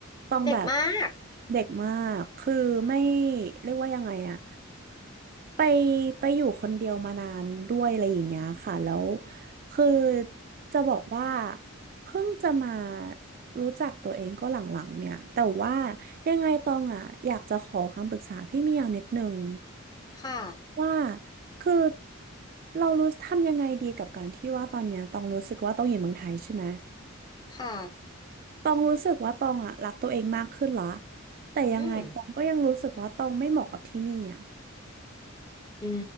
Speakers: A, on the right; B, on the left.
A: ตองแบบ
B: เด็กมาก
A: เด็กมากคือไม่เรียกว่ายังไงอ่ะไปไปอยู่คนเดียวมานานด้วยอะไรอย่างเงี้ยค่ะแล้วคือจะบอกว่าเพิ่งจะมารู้จักตัวเองก็หลังๆเนี่ยแต่ว่ายังไงตองอ่ะอยากจะขอคำปรึกษาพี่เมียวนิดนึง
B: ค่ะ
A: ว่าคือเรารู้ทำยังไงดีกับการที่ว่าตอนเนี้ยต้องรู้สึกว่าต้องอยู่เมืองไทยใช่ไหม
B: ค่ะ
A: ต้องรู้สึกว่าตองอ่ะรักตัวเองมากขึ้นละแต่ยังไงตองก็ยังรู้สึกว่าตองไม่เหมาะกับที่นี่อ่ะ
B: อืมอื